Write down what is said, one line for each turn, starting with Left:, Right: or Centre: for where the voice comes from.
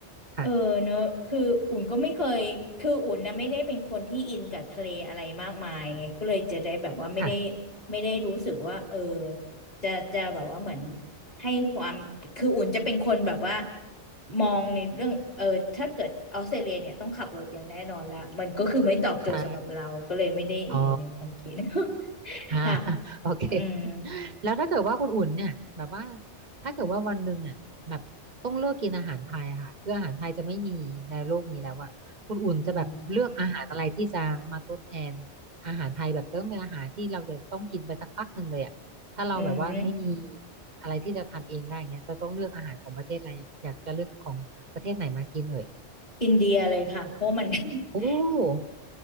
Right: ค่ะ
Left: เออเนอะคืออุ่นก็ไม่เคย คืออุ่นนะไม่ได้เป็นคนที่อินกับทะเลอะไรมากมายไงก็เลยจะได้แบบว่าไม่ได้
Right: ค่ะ
Left: ไม่ได้รู้สึกว่าเออจะจะแบบว่าเหมือนให้ความคืออุ่นจะเป็นคนแบบว่ามองในเรื่องเออถ้าเกิดออสเตรเลียเนี่ยต้องขับรถอย่างแน่นอนละมันก็คือไม่ตอบโจทย์สำหรับเรา
Right: ใช่
Left: ก็เลยไม่ได้อยู่ในความคิด
Right: อ๋อ
Left: <laughs>
Right: อ่า <laughs>
Left: ค่ะ
Right: โอเค
Left: อืม
Right: แล้วถ้าเกิดว่าคุณอุ่นเนี่ยแบบว่าถ้าเกิดว่าวันหนึ่งเนี่ยแบบต้องเลือกกินอาหารไทยอะค่ะคืออาหารไทยจะไม่มีในโลกนี้แล้วอะคุณอุ่นจะแบบเลือกอาหารอะไรที่จะมาทดแทน
Left: อืม
Right: อาหารไทยแบบเติมเป็นอาหารที่เราจะต้องกินไปสักพักหนึ่งเลยอะถ้าเราแบบว่าไม่มี
Left: อืม
Right: อะไรที่จะทำเองได้เงี้ยจะต้องเลือกอาหารของประเทศอะไรอะอยากจะเลือกของประเทศไหนมากินเอ่ย
Left: อินเดียเลยค่ะเพราะมัน <laughs>
Right: โอ้